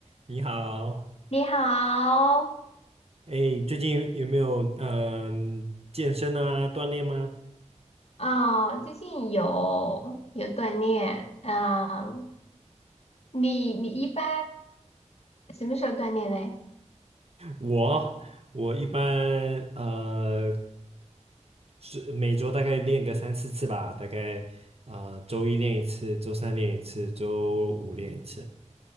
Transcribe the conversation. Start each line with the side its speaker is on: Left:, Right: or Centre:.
Right: 你好，
Left: 你好，
Right: 哎，最近有没有嗯、健身啊锻炼吗？
Left: 啊、最近有有锻炼，嗯、你你一般什么时候锻炼嘞？
Right: 我我一般呃是每周大概练个三四次吧，大概呃周一练一次，周三练一次，周五练一次。